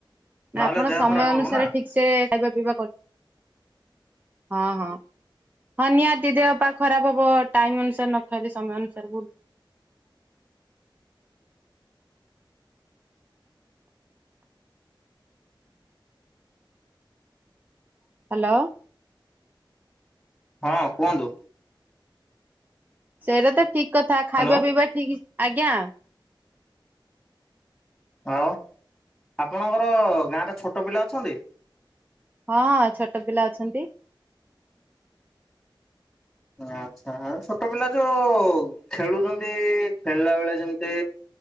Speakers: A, on the right; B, in the centre.
A: ନା
B: ନହେଲେ
A: ଆପଣ
B: ଦେହ
A: ସମୟ
B: ଖରାପ
A: ଅନୁସାରେ
B: ହବ ନା
A: ଠିକସେ ଖାଇବା ପିଇବା କର ହଁ ହଁ। ହଁ ନିଆତି ଦିହ ପା ଖରାପ ହବ ଟାଇମ ଅନୁସାରେ ନ ଖାଇଲେ ସମୟ ଅନୁସାରେ ଭୁଲ। ହ୍ୟାଲୋ।
B: ହଁ କୁହନ୍ତୁ।
A: ସେଇଟା ତ ଠିକ କଥା ଖାଇବା
B: ହ୍ୟାଲୋ
A: ପିଇବା ଠିକ୍ ଆଜ୍ଞା।
B: ହଉ ଆପଣଙ୍କର ଗାଁରେ ଛୋଟ ପିଲା ଅଛନ୍ତି।
A: ହଁ ଛୋଟ ପିଲା ଅଛନ୍ତି।
B: ଆଚ୍ଛା ଛୋଟ ପିଲା ଯୋଉ ଖେଳୁଛନ୍ତି ଖେଳିଲା ବେଳେ ଯେମିତି